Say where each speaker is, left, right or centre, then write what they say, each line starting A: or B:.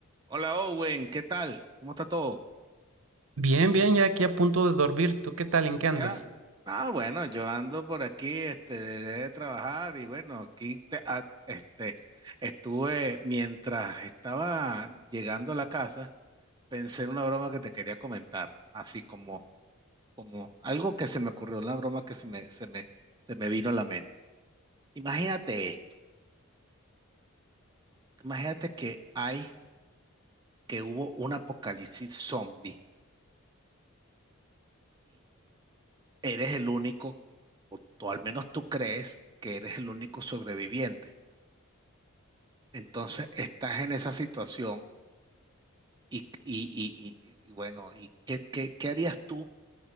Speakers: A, on the right; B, on the right.
A: Hola Owen, ¿qué tal? ¿Cómo está todo?
B: Bien, bien, ya aquí a punto de dormir. ¿Tú qué tal? ¿En qué andas?
A: ¿Ya? Ah, bueno, yo ando por aquí, este, de trabajar y bueno, aquí te- a- este, estuve mientras estaba llegando a la casa, pensé en una broma que te quería comentar, así como, como algo que se me ocurrió, una broma que se me, se me, se me vino a la mente. Imagínate esto, imagínate que hay, que hubo un apocalipsis zombie eres el único, o tú- al menos tú crees que eres el único sobreviviente. Entonces estás en esa situación y, y- y- y- y bueno, ¿y qué, qué- qué harías tú